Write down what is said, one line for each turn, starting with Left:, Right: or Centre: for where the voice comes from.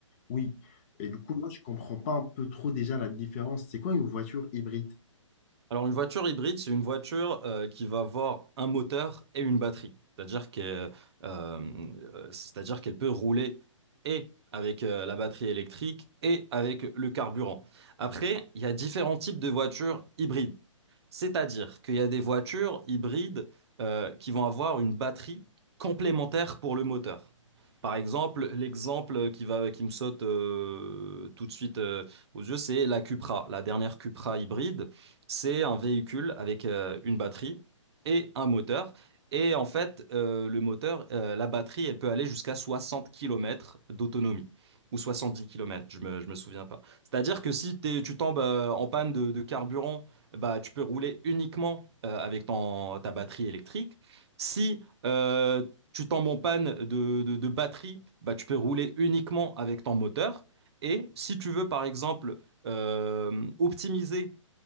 Left: oui. Et du coup, moi, je comprends pas un peu trop déjà la différence. C'est quoi une voiture hybride?
Right: Alors, une voiture hybride, c'est une voiture euh, qui va avoir un moteur et une batterie. C'est-à-dire que, euh, euh, c'est-à-dire qu'elle peut rouler et avec euh, la batterie électrique et avec le carburant. Après, il y a différents types de voitures hybrides. C'est-à-dire qu'il y a des voitures hybrides euh, qui vont avoir une batterie complémentaire pour le moteur. Par exemple, l'exemple qui va, qui me saute euh, tout de suite euh, aux yeux, c'est la Cupra, la dernière Cupra hybride. C'est un véhicule avec euh, une batterie et un moteur. Et en fait, euh, le moteur, euh, la batterie, elle peut aller jusqu'à 60 kilomètres d'autonomie. Ou 70 kilomètres, je me, je me souviens pas. C'est-à-dire que si t'es- tu tombes euh, en panne de, de carburant, bah, tu peux rouler uniquement euh, avec ton- ta batterie électrique. Si euh, tu tombes en panne de, de- de batterie, bah, tu peux rouler uniquement avec ton moteur. Et si tu veux, par exemple, euh, optimiser